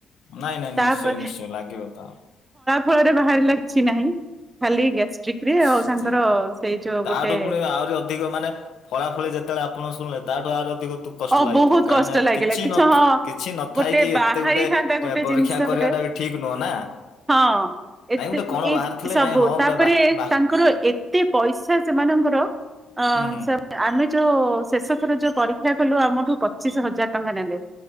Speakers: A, on the left (about 75°); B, on the right (about 20°).
A: ନାଇଁ ନାଇଁ
B: ତାପରେ
A: ନିଶ୍ଚୟ ନିଶ୍ଚୟ ଲାଗିବ ତ
B: ଫଳରେ ବାହାରିଲା କିଛି ନାହିଁ, ଖାଲି ଗ୍ୟାଷ୍ଟ୍ରିକ ରେ
A: ସ-
B: ଆଉ ତାଙ୍କର
A: ସ-
B: ସେଇ ଯୋଉ
A: ତାଠୁ
B: ଗୋଟେ
A: ପୁଣି ଆହୁରି ଅଧିକ ମାନେ ଫଳା ଫଳି ଯେତେବେଳେ ଆପଣ ଶୁଣେ ତାଠୁ ଆହୁରି ଅଧିକ ବହୁତ କଷ୍ଟ
B: ଅ
A: ଲାଗିଥିବ
B: ବହୁତ
A: କାହିଁନା,
B: କଷ୍ଟ ଲାଗିଲା
A: କିଛି
B: ହଁ
A: କିଛି ନଥାଇ
B: ଗୋଟେ
A: କିି
B: ବାହାରିଥାନ୍ତା
A: ଏତେ ଗୋଟେ
B: ଗୋଟେ
A: ପରୀକ୍ଷା
B: ଜିନିଷ
A: କରିବା
B: ଗୋଟେ
A: ଏରା ଠିକ ନୁହଁ ନା।
B: ହଁ ଏ
A: ନାଇଁ ଗୋଟେ କଣ
B: ଏଇ
A: ବାହାରିଥିଲେ
B: ସବୁ
A: ନାଇଁ ହଁ
B: ତାପରେ
A: ଗୋଟେ ବା ବା
B: ତାଙ୍କର ଏତେ ପଇସା ସେମାନଙ୍କର ଅଁ
A: ହୁଁ ହୁଁ
B: ସେ ଆମେ ଯୋଉ ଶେଷ ଥର ଯୋଉ ପରୀକ୍ଷା କଲୁ ଆମଠୁ ପଚିଶ ହଜାର ଟଙ୍କା ନେଲେ।